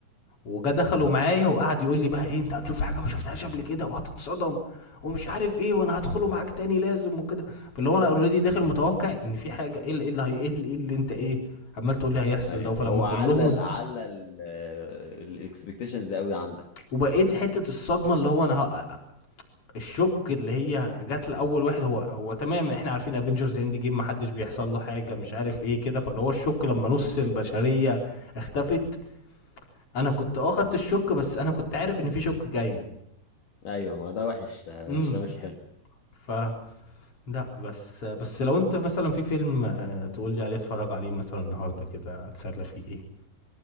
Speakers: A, on the left; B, on the left.
A: وجا دخلوا معايا وقعد يقول لي بقى ايه انت هتشوف حاجه ما شفتهاش قبل كده وهتتصدم ومش عارف ايه وانا هدخله معاك تاني لازم وكده فاللي هو انا اوريدي داخل متوقع ان في حاجه ايه اللي- إيه اللي هي ايه اللي- إيه اللي انت ايه عمال تقول لي هيحصل
B: ايوه
A: ده فلما
B: هو
A: كلهم
B: علل
A: اد-
B: علل الاكسبكتيشنز قوي عندك
A: وبقيت حته الصدمه اللي هو انا ه- الشك اللي هي جات لاول واحد هو هو تمام احنا عارفين افنجرز اند جيم محدش بيحصل له حاجه مش عارف ايه كده فاللي هو الشك لما نص البشريه اختفت انا كنت اه خدت الشك بس انا كنت عارف ان في شك جاي
B: ايوه ما ده وحش ده
A: امم
B: مش ده مش حلو
A: ف لأ، بس بس لو أنت مثلًا في فيلم آه، تقول لي عليه اتفرج عليه مثلًا النهارده كده أتسلى فيه إيه؟